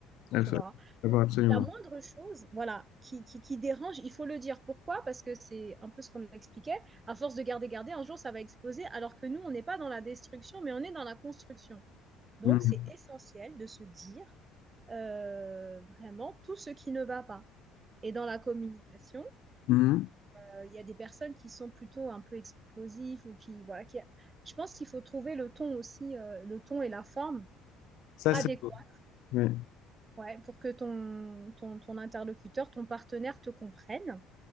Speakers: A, on the left (about 75°); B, on the right (about 30°).
A: absolument.
B: tu vois.
A: D'abord,
B: Donc,
A: absolument.
B: la moindre chose, voilà, qui, qui, qui dérange, il faut le dire. Pourquoi? Parce que c'est un peu ce qu'on expliquait. À force de garder, garder, un jour, ça va exploser, alors que nous, on n'est pas dans la destruction, mais on est dans la construction. Donc,
A: Mhm.
B: c'est essentiel de se dire euh, vraiment tout ce qui ne va pas. Et dans la communication,
A: Mhm.
B: euh, il y a des personnes qui sont plutôt un peu explosives ou qui, voilà, qui, je pense qu'il faut trouver le ton aussi, euh, le ton et la forme
A: Ça,
B: adéquats
A: c'est beau. Oui,
B: Ouais, pour que ton, ton, ton interlocuteur, ton partenaire te comprenne.